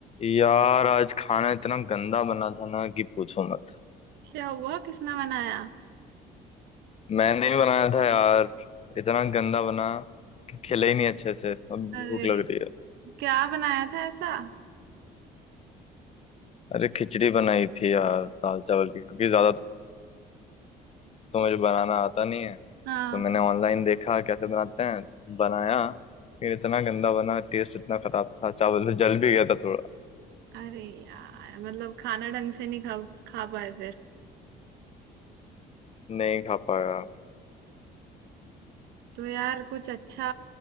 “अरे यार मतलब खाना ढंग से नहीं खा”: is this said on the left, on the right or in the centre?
Right